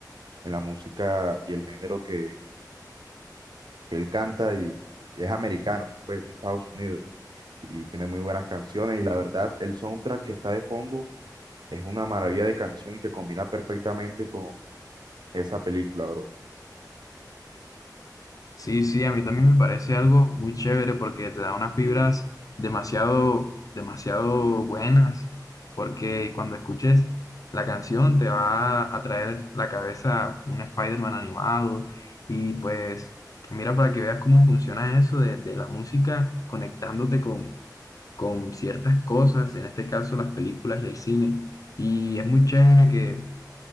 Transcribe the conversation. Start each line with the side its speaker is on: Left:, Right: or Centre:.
Right: en la música y el género que, que él canta y, y es americano, pues de Estados Unidos. Y tiene muy buenas canciones y la verdad, el soundtrack que está de fondo es una maravilla de canción y que combina perfectamente con esa película, bro.
Left: Sí, sí, a mí también me parece algo muy chévere porque te da unas vibras demasiado, demasiado buenas, porque cuando escuches la canción te va a traer la cabeza un Spider-Man animado y pues mira para que veas cómo funciona eso de, de la música conectándote con, con ciertas cosas, en este caso las películas y el cine. Y es muy chévere que